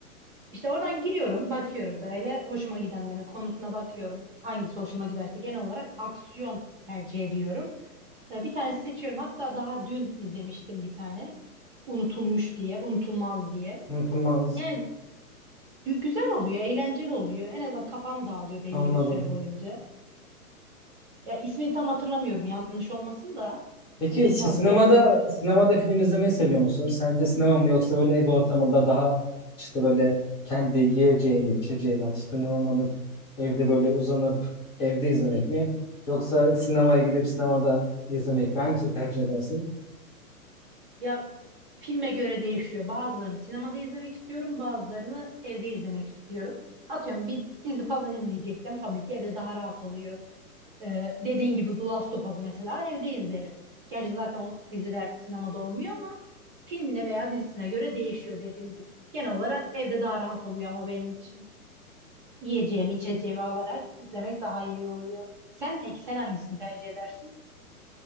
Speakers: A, on the right; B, on the left.
A: İşte oradan giriyorum, bakıyorum böyle hoşuma gidenlerin konusuna bakıyorum. Hangisi hoşuma giderse genel olarak aksiyon tercih ediyorum. Ee, Bir tanesi seçiyorum. Hatta daha dün izlemiştim bir tane. Unutulmuş diye, unutulmaz diye.
B: Unutulmaz.
A: Yani gü- güzel oluyor, eğlenceli oluyor. En azından kafam dağılıyor belli
B: Anladım.
A: bir süre boyunca. Ya ismini tam hatırlamıyorum yanlış olmasın da
B: Peki
A: unutulmaz
B: si- sinemada
A: diye hatırlıyordum.
B: sinemada film izlemeyi seviyor musun? Sence sinema mı yoksa böyle ev ortamında daha işte böyle kendi yiyeceğini, içeceğini, atıştırmalarını alıp evde böyle uzanıp evde izlemek mi? Yoksa sinemaya gidip sinemada izlemek mi? Hangisini tercih edersin?
A: Ya filme göre değişiyor. Bazılarını sinemada izlemek istiyorum, bazılarını evde izlemek istiyorum. Atıyorum bir dizi falan izleyeceksem tabii ki evde daha rahat oluyor. Ee, dediğin gibi The Last of Us mesela evde izlerim. Gerçi zaten o diziler sinemada olmuyor ama filmine veya dizisine göre değişiyor dediğim gibi. Genel olarak evde daha rahat oluyor ama benim için. Yiyeceğimi, içeceğimi alarak izlemek daha iyi oluyor. Sen peki sen hangisini tercih edersin?